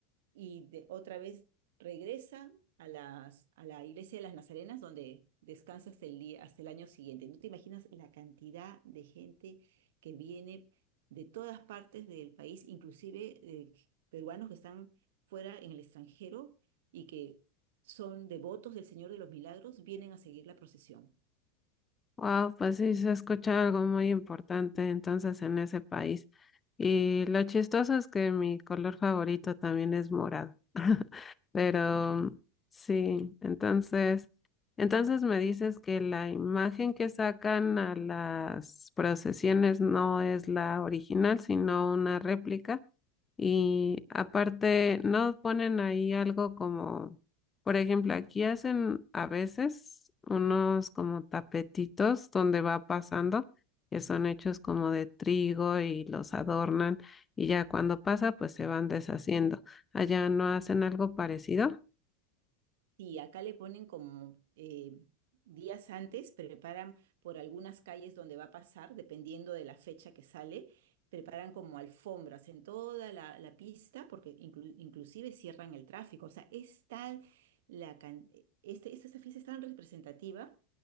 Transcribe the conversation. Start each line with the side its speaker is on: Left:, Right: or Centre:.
Right: y de, otra vez regresa a, las, a la iglesia de las Nazarenas donde descansa hasta el día, hasta el año siguiente. No te imaginas la cantidad de gente que viene de todas partes del país, inclusive eh, peruanos que están fuera en el extranjero y que son devotos del Señor de los Milagros, vienen a seguir la procesión.
Left: Wow, pues sí, se escucha algo muy importante entonces en ese país. Y lo chistoso es que mi color favorito también es morado. <laughs> Pero sí, entonces, entonces me dices que la imagen que sacan a las procesiones no es la original, sino una réplica. Y aparte, no ponen ahí algo como, por ejemplo, aquí hacen a veces unos como tapetitos donde va pasando, que son hechos como de trigo y los adornan y ya cuando pasa, pues se van deshaciendo. Allá no hacen algo parecido.
Right: Sí, acá le ponen como eh, días antes, preparan por algunas calles donde va a pasar, dependiendo de la fecha que sale, preparan como alfombras en toda la, la pista, porque inclu- inclusive cierran el tráfico. O sea, es tal la can- este, esta, esta fiesta es tan representativa